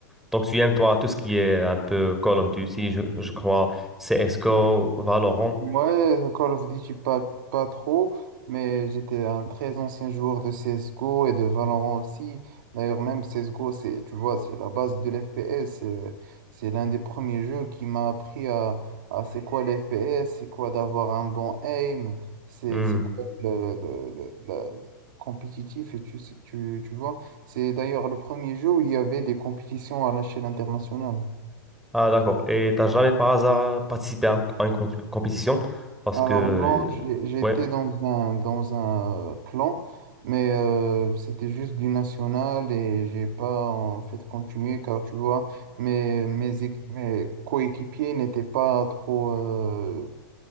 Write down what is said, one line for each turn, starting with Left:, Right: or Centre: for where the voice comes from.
Centre: Donc, tu aimes, toi, tout ce qui est un peu Call of Duty, je, je crois, CSGO, Valorant.
Right: Ouais, Call of Duty, pas, pas trop, mais j'étais un très ancien joueur de CSGO et de Valorant aussi. D'ailleurs, même CSGO, c'est, tu vois, c'est la base de l'FPS. C'est, c'est l'un des premiers jeux qui m'a appris à, à c'est quoi l'FPS, c'est quoi d'avoir un bon aim, c'est,
Centre: Hmm.
Right: c'est quoi le, le- le- le- le compétitif, et tu, sais- tu, tu vois. C'est d'ailleurs le premier jeu où il y avait des compétitions à l'échelle internationale.
Centre: Ah, d'accord. Et t'as jamais par hasard participé à, un- à une comp- compétition? Parce
Right: Alors
Centre: que, euh,
Right: non, j'ai- j'étais
Centre: ouais.
Right: dans un, dans un euh, clan, mais euh, c'était juste du national et j'ai pas en fait continué car tu vois, mes, mes, équ- mes coéquipiers n'étaient pas trop, euh,